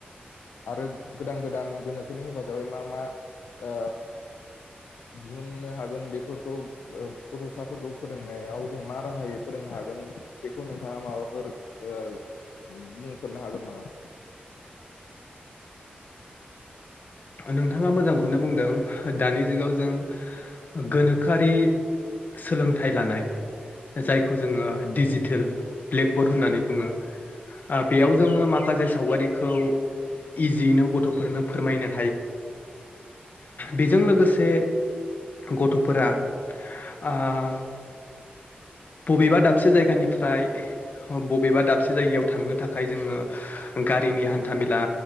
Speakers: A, on the left (about 85°); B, on the left (about 55°).
A: आरो गोदान गोदान गोनो खोनि हेफाजाबै मा मा ओ दिहुननो हागोन बेफोरखौ गथ'साफोरखौ फोरोंनायाव जों मा राहायोै फोरों नो होन बेखौ नोंथाङा माबाफोर ओ बुंफोरनो हागोन नामा? <inaudible>
B: नोंथाङा मोजांखौनो बुंदों दानि जुगाव जों गोनोखोआरि सोलोंथाइ लानाय जायखौ जोङो डिजिटेल ब्लेकबर्ड होननानै बुङो बेयाव जोङो माखासे सावगारिखौ इजियैनो गथ'फोरनो फोरमायनो बेजों लोगोसे गथ'फोरा आं बबेबा दाबसे जायगानिफ्राय बबेबा दाबसे जायगायाव थांनो थाखाय जोङो गारिनि हान्था मेला